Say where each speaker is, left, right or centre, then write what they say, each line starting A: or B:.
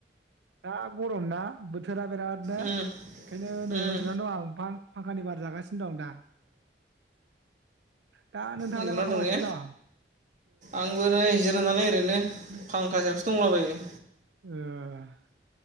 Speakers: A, on the right; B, on the right.
A: दा गरम ना बोथो थोरा बिरादनो
B: उम
A: ओंखायनो नै
B: उम
A: उन्दुनानै दं आं <unintelligible> फांखानि बार जागासिनो दं दा। दा नोंथाङालाय
B: उन्दुना
A: मा खालामगासिनो
B: दं ने
A: औ
B: आंबो नै जिरायनानै ओरैनो फांखा सायावसो दंलाबायो
A: <unintelligible>